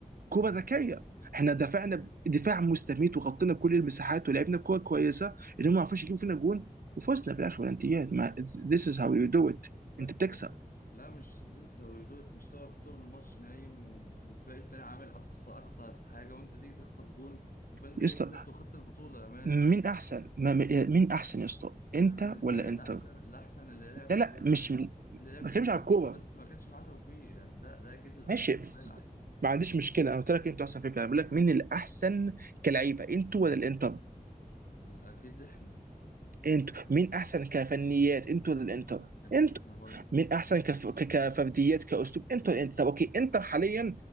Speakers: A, on the right; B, on the left.
A: كره ذكيه احنا دفعنا دفاع مستميت وغطينا كل المساحات ولعبنا كره كويسه انهم ما عرفوش يجيبوا فينا جون وفزنا في الاخر بالانتيات ما this is how you do it
B: بس
A: انت بتكسب
B: لا مش زيزو سويدوت مش تقعد طول الماتش نايم و- والفريق التاني عامل أقصى أقصى حاجة وأنت تيجي تخطف جول يبقى أنت
A: يا
B: كده
A: اسطى
B: كسبت وخدت البطولة يا مان
A: مين احسن ما مين احسن يا اسطى انت
B: أنا بالنسبة
A: ولا
B: لي
A: انتر
B: الأحسن الأحسن اللي لعب كورة
A: لا لا مش ما
B: اللي لعب
A: بتكلمش
B: كورة
A: على
B: بس
A: الكوره
B: بس ما كانش معاه توفيق يعني ده ده أكيد الأحسن
A: ماشي
B: ده الأحسن
A: ما عنديش مشكله انا قلت لك انتوا احسن في الفريق بقول لك مين الاحسن كلعيبه انتوا ولا الانتر
B: أكيد إحنا
A: انتوا مين احسن كفنيات انتوا ولا الانتر
B: أكيد
A: انتوا
B: إحنا برضه
A: مين احسن كف... ك- كفرديات كاسلوب انتوا ولا الانتر طب اوكي انتر حاليا